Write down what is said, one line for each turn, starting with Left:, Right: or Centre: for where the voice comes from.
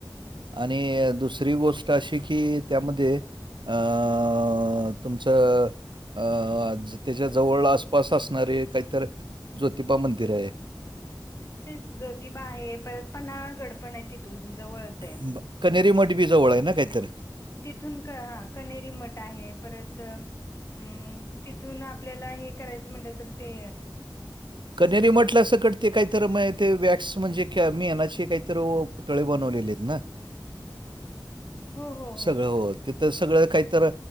Right: आणि दुसरी गोष्ट अशी की, त्यामध्ये अ अ तुमचं अं त्याच्या जवळ आसपास असणारे, काहीतर ज्योतिबा मंदिर ये
Left: ते ज्योतिबा आहे, परत पन्हाळा गड पण ये तिथून, जवळच ये.
Right: ब, कनेरी मट बी जवळ ये ना, काहीतर?
Left: तिथून क् हां कनेरी मठ आहे, परत हम्, तिथून आपल्याला, हे करायचं म्हटलं तर ते
Right: कनेरी मटला अस कटते काहीतर माय ते वॅक्स, म्हणजे क्या मेनाचे काहीतर ओ तळे बनवलेले त ना?
Left: हो, हो,
Right: सगळं हो त. तर सगळं काहीतर